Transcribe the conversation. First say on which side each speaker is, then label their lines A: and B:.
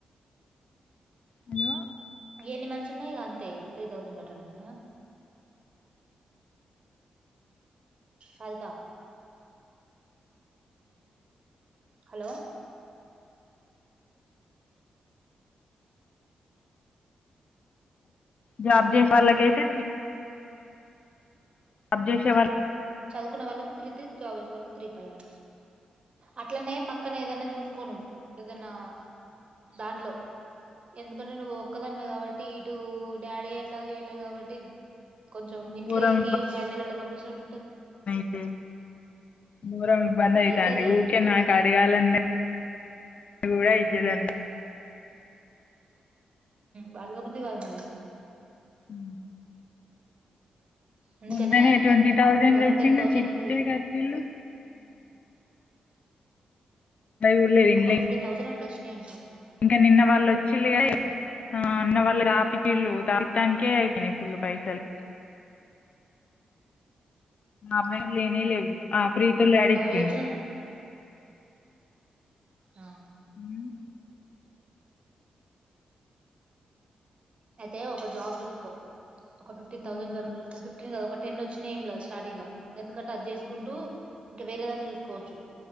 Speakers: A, on the left (about 55°); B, on the right (about 50°).
A: హలో
B: ఏన్ని మన్ సన్నాయి అంతే త్ర ౌసండ్ట్ కట్టడమేనా సాదికా హలో
A: జబ్జసల్ాలకితే జాబ్ చేసే వాల్
B: చదువునే వాళ్ళకి త్రీ త్రీ జాబ్ చెస్ వాళ్ళకు అయితే త్రీ ఫైవ్ ఆ అట్లనే పక్కన ఏదన్నా చూసుకోను ఏదైనా దాంట్లో ఎందుకంటే నువ్వు ఒక్కదనివి కాబట్టి ఇటు డాడీ ఎట్లాగ చేయలేదు కాబట్టి కొంచెం ఇంట్లోకి
A: ఘోరం
B: ఒక ఐదు వేల అట్లా పంపించినట్టుంటుది
A: స దూరం ఇబ్బంది అవుత
B: అయితది
A: అంంది ఊకే నాకు అడగాలన్న కూడా ఇజజదండి
B: బాధగాబుద్ధదివాదు మరి
A: ఉ
B: అందుకనే
A: ముందనే ట్వంటీ థౌజండ్
B: ఇప్పుడు నువ్వు
A: తెచ్చిండు
B: ఒక టెన్ థౌజండ్
A: చిట్టే కట్టీలు కూడా లేదు ఇండ్ల
B: ఒక ఫిఫ్టీన్ ౌసండ్ పలష్ అనుకో
A: ఇంకా నిన్న వాళ్ళు వచ్చిళ్ళ నిన్న వాళ్ళు దాపిటిళు దాపిడాానికే అయిపోయినాయి ఫుల్లు పైసలు మా అమాయి లేనే లేవు ఆ ప్రీత డీ
B: గవి
A: ఇచ్చిండు
B: వచ్చినందు ఆ
A: ఉమ్,
B: అయితే ఒక జాబ్ చూసుకో ఒక ఫిఫటీన్
A: ఉమ్,
B: ౌజడ్ వర చూస్తం ఫి్టీన్ ఒక టెన్ వచ్చా ఏం లేదు స్టార్టింగ్
A: పోవాలక్క.
B: లో ఎందుకంటే అది చేసుకుంటూ
A: ఉమ్,
B: ఇంకా వేరే అ తీూసుకోవచ్చు